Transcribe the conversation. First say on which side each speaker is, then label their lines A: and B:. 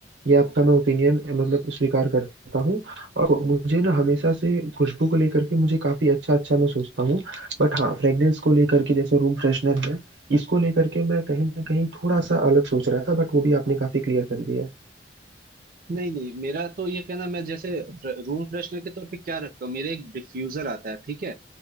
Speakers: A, on the right (about 75°); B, on the right (about 50°).
A: ये आपका मैं ओपिनियन मतलब स्वीकार करता हूँ और मुझे ना हमेशा से खुशबू को लेकर के मुझे काफी अच्छा अच्छा मैं सोचता हूँ बट हाँ फ्रेग्रेंस को लेकर के जैसे रूम फ्रेशनर है इसको लेकर के मैं कहीं ना कहीं थोड़ा सा अलग सोच रहा था बट वो भी आपने काफी क्लियर कर दिया है
B: नहीं नहीं मेरा तो ये कहना मैं जैसे रूम फ्रेशनर के तौर पे क्या रखता हूँ मेरे एक डिफ्यूजर आता है ठीक है